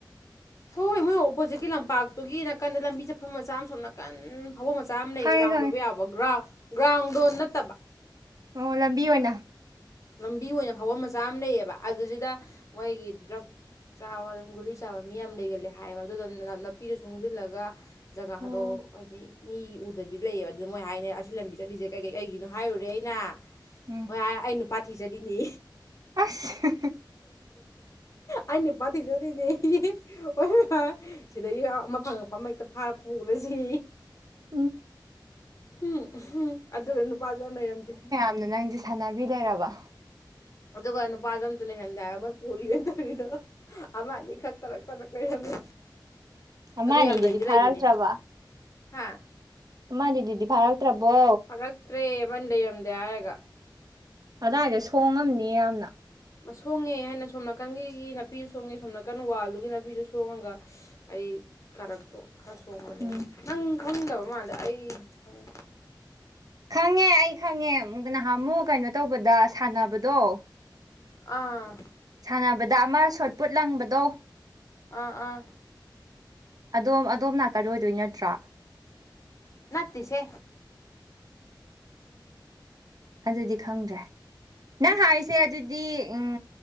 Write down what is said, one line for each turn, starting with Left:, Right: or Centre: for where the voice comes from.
Left: ꯍꯣꯏ ꯃꯣꯏ ꯑꯣꯄꯣꯖꯤꯠꯀꯤ ꯂꯝꯄꯥꯛꯇꯨꯒꯤ ꯅꯥꯀꯟꯗ ꯂꯝꯕꯤ ꯆꯠꯐꯝ ꯃꯆꯥ ꯑꯃ ꯁꯣꯝ ꯅꯥꯀꯟ ꯊꯕ ꯃꯆꯥ ꯑꯃ ꯂꯩꯌꯦ
Right: ꯈꯪꯉꯦ
Left: ꯔꯥꯎꯟ
Right: ꯈꯪꯉꯦ
Left: ꯀꯣꯏꯕ ꯌꯥꯕ ꯒ꯭ꯔꯥꯎꯟ ꯒ꯭ꯔꯥꯎꯟꯗꯣ ꯅꯠꯇꯕ
Right: ꯑꯣ ꯂꯝꯕꯤ ꯑꯣꯏꯅ
Left: ꯂꯝꯕꯤ ꯑꯣꯏꯅ ꯐꯥꯎꯐꯝ ꯃꯆꯥ ꯑꯃ ꯂꯩꯌꯦꯕ ꯑꯗꯨꯁꯤꯗ ꯃꯣꯏꯒꯤ ꯗ꯭ꯔꯛ ꯆꯥꯕ ꯑꯗꯨꯝ ꯒꯨꯂꯤ ꯆꯥꯕ ꯃꯤ ꯌꯥꯝ ꯂꯩꯒꯜꯂꯦ ꯍꯥꯏꯌꯦꯕ ꯑꯗꯨ ꯑꯗꯨ ꯅꯥꯄꯤꯗꯨ ꯁꯣꯡꯖꯤꯜꯂꯒ ꯖꯒꯥꯗꯣ
Right: ꯑꯣ
Left: ꯍꯥꯏꯗꯤ ꯃꯤ ꯎꯗꯕꯤ ꯂꯩꯌꯦꯕ ꯑꯗꯨꯅ ꯃꯣꯏ ꯍꯥꯏꯅꯤ ꯑꯁꯤ ꯂꯝꯕꯤ ꯆꯠꯂꯤꯁꯦ ꯀꯩꯀꯩ ꯀꯩꯒꯤꯅꯣ ꯍꯥꯏꯔꯨꯔꯦ ꯑꯩꯅ
Right: ꯎꯝ
Left: ꯀ ꯑꯩꯅꯨ ꯄꯥꯊꯖꯗꯤꯅꯤ
Right: ꯑꯁ
Left: ꯑꯦꯅꯤ ꯙꯤ ꯆꯙ ꯅꯩꯅ ꯑꯣꯏ ꯁꯤꯗꯩ ꯑꯃ ꯐꯪꯉꯛꯄ ꯑꯃ ꯍꯦꯛꯇ ꯐꯥꯔ ꯄꯨꯈ꯭ꯔꯁꯤ
Right: ꯎꯝ
Left: ꯎꯝ ꯑꯗꯨꯒ ꯅꯨꯄꯥꯁ ꯌꯥꯝ ꯂꯩꯔꯝꯗꯦ
Right: ꯅ ꯅꯪꯁꯦ ꯁꯥꯟꯅꯕꯤ ꯂꯩꯔꯕ
Left: ꯑꯗꯨꯒ ꯅꯨꯄꯥꯗ ꯑꯝꯇ ꯂꯩꯍꯟꯗꯥꯏꯔ ꯃꯣꯏ ꯄꯨꯔꯤ ꯑꯣꯏꯅ ꯇꯧꯔꯤꯗꯣ ꯑꯃ ꯑꯅꯤꯈꯛ ꯇꯂꯛ ꯇꯂꯛ ꯂꯩꯔꯝꯃꯤ
Right: ꯑꯃ
Left: ꯑꯗꯣ
Right: ꯑꯅꯤꯗꯨꯗꯤ
Left: ꯌꯥꯝ ꯂꯩꯗꯤ
Right: ꯐꯥꯔꯛꯇ꯭ꯔꯕ
Left: ꯂꯩꯕꯅꯦ ꯍꯥ
Right: ꯃꯥꯅꯦ ꯑꯗꯨꯗꯤꯗꯤ ꯐꯥꯔꯛꯇ꯭ꯔꯕꯣ
Left: ꯐꯔꯛꯇ꯭ꯔꯦ ꯑꯃꯟ ꯂꯩꯔꯝꯗꯦ ꯍꯥꯏꯔꯒ
Right: ꯑꯗꯥꯏꯗ ꯁꯣꯡꯉꯝꯅꯤ ꯌꯥꯝꯅ
Left: ꯁꯣꯡꯉꯦ ꯍꯥꯏꯅ ꯁꯣꯝ ꯅꯥꯀꯟꯒꯤꯒꯤ ꯅꯥꯄꯤꯗꯨ ꯁꯣꯡꯉꯦ ꯁꯣꯝ ꯅꯥꯀꯟ ꯋꯥꯜꯗꯨꯒꯤ ꯅꯥꯄꯤꯗꯨ ꯁꯣꯡꯉꯒ ꯑꯩ ꯀꯔꯛꯇꯣ ꯈꯔ ꯁꯣꯡꯕꯅꯦꯕ
Right: ꯎꯝ
Left: ꯅꯪ ꯈꯪꯗꯕ ꯃꯥꯜꯂꯦ ꯑꯩ ꯈꯪꯉꯦ
Right: ꯈꯪꯉꯦ ꯑꯩ ꯈꯪꯉꯦ ꯅꯍꯥꯟ ꯑꯃꯨꯛ ꯀꯩꯅꯣ ꯇꯧꯕꯗ ꯁꯥꯟꯅꯕꯗꯣ
Left: ꯑꯥ
Right: ꯁꯥꯟꯅꯕꯗ ꯑꯃ ꯁꯣꯠꯄꯨꯠ ꯂꯪꯕꯗꯣ
Left: ꯑꯥ ꯑꯥ
Right: ꯑꯗꯣꯝ ꯑꯗꯣꯝ ꯅꯥꯀꯜꯂꯣꯏꯗꯣꯏ ꯅꯠꯇ꯭ꯔꯣ
Left: ꯉꯠꯇꯁꯦ
Right: ꯑꯗꯨꯗꯤ ꯈꯪꯗ꯭ꯔꯦ ꯅꯪ ꯍꯥꯏꯁꯦ ꯑꯗꯨꯗꯤ ꯎꯝ